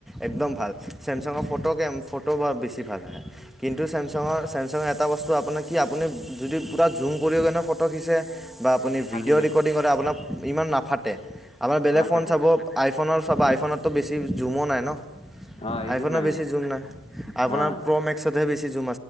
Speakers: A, in the centre; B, on the left.
A: একদম ভাল চেমচাঙৰ ফটো কেম, ফটো বেছি ভালে আহে। কিন্তু ছেম চেমচঙৰ-চেমচাঙৰ এটা বস্তু আপোনাৰ কি আপুনি যদি পূৰা জুম কৰি কেনে ফটো খিচে বা আপুনি
B: ফাটি
A: ভিডিঅ'
B: যায়
A: ৰেকৰ্ডিং কৰে আপোনাক ইমান নাফাটে, আপোনাৰ বেলেগ
B: নাফাটে
A: ফোন চাব আ আইফোনৰ চাবা আইফোনতো বেছি জুমো নাই ন?
B: অ', এইটোত
A: আইফোন
B: নাই
A: বেছি জুম নাই, আপোনাৰ
B: অ',
A: প্ৰ মেক্সহে বেছি জুম